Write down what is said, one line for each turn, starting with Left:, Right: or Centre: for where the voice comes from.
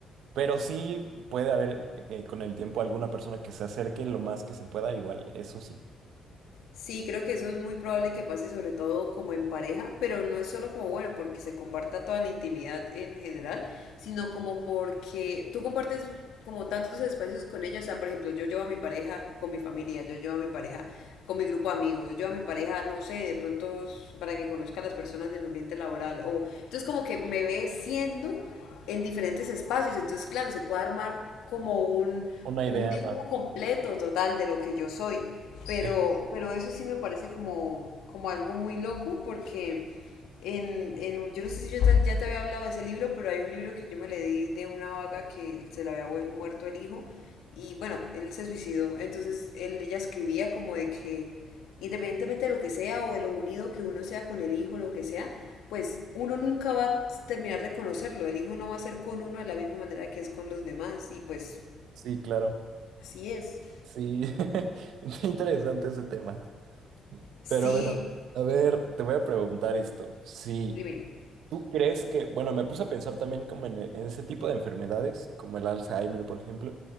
Right: Pero sí puede haber eh, con el tiempo alguna persona que se acerque lo más que se pueda, igual, eso sí.
Left: Sí, creo que eso es muy probable que pase, sobre todo como en pareja, pero no es solo como bueno porque se comparta toda la intimidad en general, sino como porque tú compartes como tantos espacios con ella. O sea, por ejemplo, yo llevo a mi pareja con mi familia, yo llevo a mi pareja con mi grupo de amigos, yo llevo a mi pareja, no sé, de pronto s- para que conozca a las personas de mi ambiente laboral. O entonces como que me ve siendo en diferentes espacios. Entonces, claro, se puede armar como un,
Right: Una idea
Left: un dibujo
Right: más.
Left: completo total de lo que yo soy.
Right: sí
Left: Pero, pero eso sí me parece como, como algo muy loco porque en, en- un- yo no sé si yo te- ya te había hablado de ese libro, pero hay un libro que yo me leí de una vaga que se le había vuel- muerto el hijo y bueno, él se suicidó. Entonces él, ella escribía como de que independientemente de lo que sea o de lo unido que uno sea con el hijo, lo que sea, pues uno nunca va a terminar de conocerlo. El hijo no va a ser con uno de la misma manera que es con los demás y pues
Right: Sí, claro.
Left: así es.
Right: Sí, <laughs> está interesante ese tema.
Left: Sí,
Right: Pero bueno, a ver, te voy a preguntar esto. Si
Left: dime.
Right: tú crees que, bueno, me puse a pensar también como en, e- en ese tipo de enfermedades, como el Alzheimer, por ejemplo,